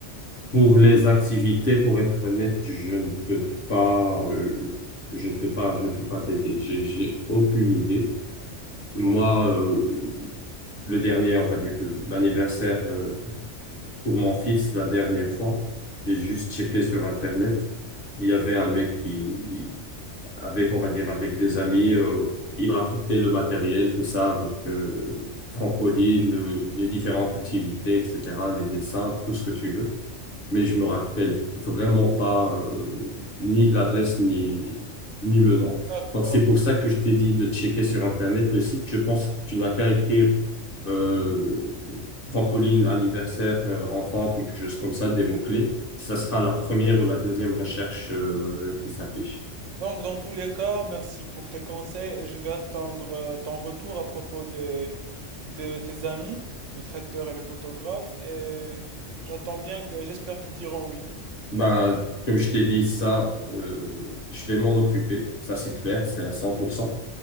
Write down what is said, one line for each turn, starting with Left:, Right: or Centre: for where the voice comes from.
Left: pour les activités, pour être honnête, je ne peux pas, euh, je peux pas, je peux pas t'aider. J'ai, j'ai aucune idée. Moi,
Right: Oui.
Left: euh, le dernier, on va dire, l'anniversaire, euh, pour mon fils la dernière fois. J'ai juste checké sur Internet. Il y avait un mec qui, avec, on va dire, avec des amis, euh, il rapportait le matériel, tout ça, avec euh, trampoline, euh, les différentes activités, etc., les dessins, tout ce que tu veux mais je me rappelle vraiment pas euh, ni de l'adresse ni ni le nom.
Right: D'accord.
Left: Donc c'est pour ça que je t'ai dit de checker sur internet le site. Je pense que tu n'as qu'à écrire euh, trampoline anniversaire euh, enfant quelque chose comme ça des mots-clés. Ça sera la première ou la deuxième recherche euh, qui s'affiche.
Right: Donc dans tous les cas, merci pour tes conseils et je vais attendre euh, ton retour à propos des, de tes amis, le traiteur et le photographe et j'attends bien que j'espère qu'ils diront oui.
Left: Bah, comme je t'ai dit, ça, euh, je vais m'en occuper. Ça, c'est clair, c'est à 100%.